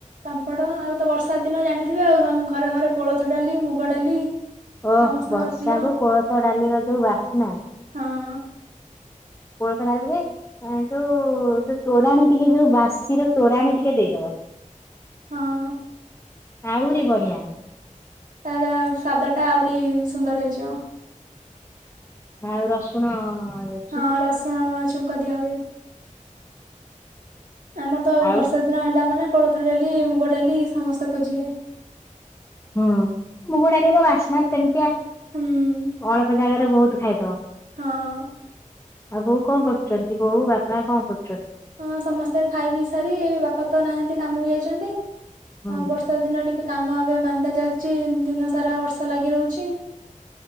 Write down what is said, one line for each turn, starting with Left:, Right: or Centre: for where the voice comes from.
Right: ପାମ୍ପଡ଼ ଆଉ ତ ବର୍ଷା ଦିନ ଜାଣିଥିବେ ଆଉ ଘରେ ଘରେ କୋଳଥ ଡାଲି, ମୁଗ ଡାଲି
Left: ଓଃ
Right: ସମସ୍ତଙ୍କର
Left: ବର୍ଷା
Right: ପ୍ରିୟ
Left: କୁ କୋଳଥ ଡାଲି ର ଯୋଉ ବାସ୍ନା।
Right: ହଁ।
Left: କୋଳଥ ଡାଲିରେ <unintelligible> ଯୋଉ ତୋରାଣୀ ଟିକେ ଯୋଉ ବାସିର ତୋରାଣୀ ଟିକେ ଦେଇଦବ।
Right: ହଁ।
Left: ଆହୁରି ବଢିଆ।
Right: ତାର ସ୍ଵାଦ ଟା ଆହୁରି ସୁନ୍ଦର ହେଇଯିବ।
Left: ଆଉ ରସୁଣ-ଅଁ-ଅ
Right: ହଁ ରସୁଣ ମ ଛୁଙ୍କ ଦିଆ ହୁଏ। ଆମର ତ
Left: ଆଉ
Right: ବର୍ଷା ଦିନ ହେଲା ମାନେ କୋଳଥର ଡାଲି ମୁଗ ଡାଲି ସମସ୍ତେ ଖୋଜିବେ।
Left: ହଁ ମୁଗ ଡାଲିର ବାସ୍ନା ସେମିତିଆ।
Right: ହାଁ -ମ୍-ଉଁ
Left: ଅଳପ ଜାଗାରେ ବୋହୁତ୍ ଖାଇଦବ।
Right: ହଁ-ଅ-ଅ
Left: ଆଉ ବୋଉ କଣ କରୁଛନ୍ତି, ବୋଉ ବାପା କଣ କରୁଛନ୍ତି?
Right: ହଁ ସମସ୍ତେ ଖାଇ ପିଇ ସାରି ବାପା ତ ନାହାନ୍ତି କାମକୁ ଯାଇଛନ୍ତି,
Left: ହୁଁ
Right: ଆଉ ବର୍ଷ ବର୍ଷା ଦିନ ଟିକେ କାମ ଏବେ ମାନ୍ଦା ଚାଲିଛି ଦିନ ସାରା ବର୍ଷା ଲାଗି ରହୁଚି।